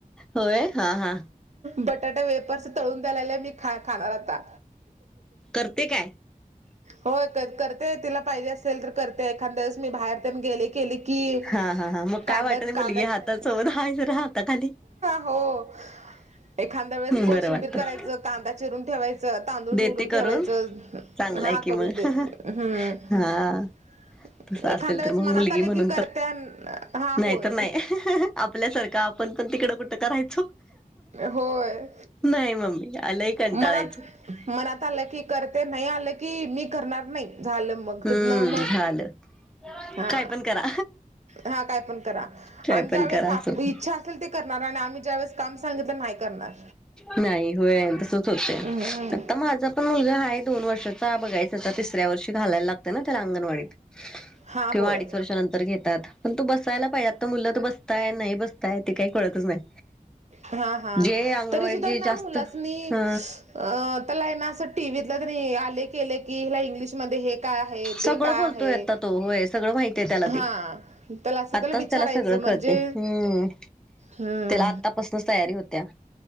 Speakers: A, in the centre; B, on the right.
A: होय हा हा
B: बटाटा वेफर्स तळून द्याय लागल्या, मी खा- खाणार आता.
A: करते काय?
B: होय करतेय तिला पाहिजे असेल तर करतेय एखादाळेस मी बाहेर तेन गेले केली की
A: हा हा हा मग
B: कांद्यात
A: काय वाटत नाही मुलगी
B: कांद्यात
A: हातासोबत हाय जरा हाताखाली
B: हो.. एखाद्या वेळेस कोशिंबीर
A: बरं वाटत
B: करायचं, कांदा चिरून ठेवायचं. तांदूळ
A: देते
B: निवडून
A: करून
B: ठेवायचं,
A: चांगलाय
B: हा
A: की
B: करून
A: मग
B: देत. हम्...
A: हा
B: <inaudible>
A: तसं असेल
B: एखादं वेळेस
A: तर मग
B: मनात
A: मुलगी
B: आले
A: म्हणून
B: की करत्या.
A: तर
B: हा..
A: नाही
B: होय.
A: तर नाही आपल्यासारखं आपण पण तिकडं कुठं करायचो,
B: होय
A: नाही मम्मी लय कंटाळायचो.
B: मनात मनात आलं की करते नाही आलं की, मी करणार नाही झालं मग
A: हम्म
B: तितण मग.
A: झालं.
B: हा
A: काय पण करा
B: हा काय पण करा,
A: काय
B: आणि ज्या
A: पण
B: वेळेस
A: करा असं होत
B: इच्छा असेल. करणार आणि आम्ही ज्या वेळेस काम सांगल तर नाही करणार.
A: नाही होय तसंच होतंय,
B: हम्म
A: आता माझा पण मुलगा हाय दोन वर्षा. बघायच आता तिसऱ्या वर्षी घालायला लागत ना त्या अंगणवाडीत
B: हा
A: किंवा
B: होय
A: अडीच वर्षानंतर घेत तात पण तू बसायला पाहिजे. मुलं तर बसताय नाही बसताय ते काही कळतच नाही.
B: हा हा
A: जे अंगणवाडीचे
B: तरी सुद्धा ना
A: जास्त
B: मुलासनी
A: हा
B: अ त्याला ना असं टीव्हीतल, आले केले की हिला इंग्लिशमध्ये हे काय. आहे ते
A: सगळं
B: काय
A: बोलतोय
B: आहे
A: आता तो, होय सगळं माहितीय त्याला
B: हा
A: ते
B: त्याला असं
A: आताच.
B: विचारायचं
A: त्याला सगळं
B: म्हणजे
A: कळतंय. हम्म...
B: हम्म.
A: आता पासनच तयारी होत्या.